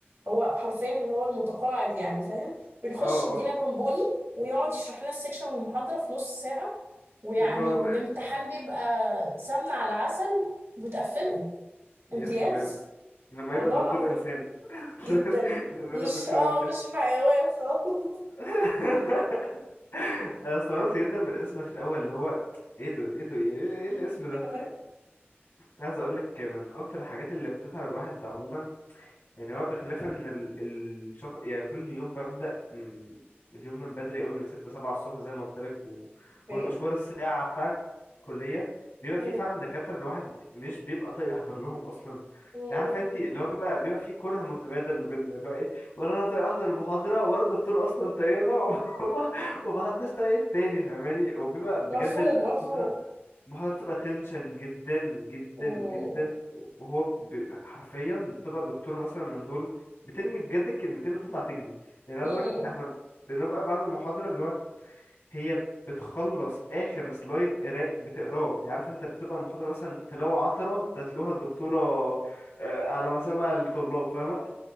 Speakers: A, on the right; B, on the left.
A: هو حرفيا اللي هو المتقاعد يعني فاهم بنخش
B: اه
A: يدينا
B: اه
A: بونبوني ويقعد يشرح لنا السكشن والمحاضره في نص ساعه ويعني
B: اللي هو
A: والامتحان بيبقى سمنه على عسل وتقفله
B: يا
A: امتياز
B: سلام لما
A: والله
B: يبقى دكتور
A: العظيم
B: انسان <laughs>
A: جدا
B: لما
A: مش
B: يبقى دكتور
A: اه
B: انسان
A: مش حيوان خالص <laughs>
B: <laughs> انا استغربت جدا من الاسم في الاول اللي هو ايه ده ايه ده ايه إيه الاسم ده
A: ايوه ايوه
B: عايز اقول لك من اكتر الحاجات اللي بتتعب الواحد عموما يعني هو بخلاف ان ال- الشخص يعني كل يوم ببدأ مم، اليوم من بدري قوي من ستة سبعة الصبح زي ما قلت لك و...
A: ايه
B: والمشوار الساعة بتاع الكلية بيبقى
A: مم.
B: فيه فعلا دكاترة الواحد مش بيبقى طايق يحضر لهم أصلا
A: مم.
B: يعني عارفة انت اللي هو بيبقى بيبقى فيه كره متبادل ما بيننا اللي هو ايه ولا أنا طايق أحضر المحاضرة ولا الدكتور أصلا طايقنا <laughs> و- ومحدش طايق التاني فاهماني وبيبقى بجد
A: مفهوم
B: المحاضرة
A: مفهوم
B: المحاضرة بتبقى تنشن جدا جدا
A: مم.
B: جدا وهو ب... حرفيا بتبقى الدكتورة مثلا من دول بترمي بجد الكلمتين وتطلع تجري يعني عايز
A: مم.
B: أقولك احنا بنبقى بعد المحاضرة اللي هو هي بتخلص آخر سلايد قراء بتقراه يعني عارف انت بتبقى المحاضرة مثلا تلاوة عطرة تتلوها الدكتورة آه، على مسامع الطلاب فاهمة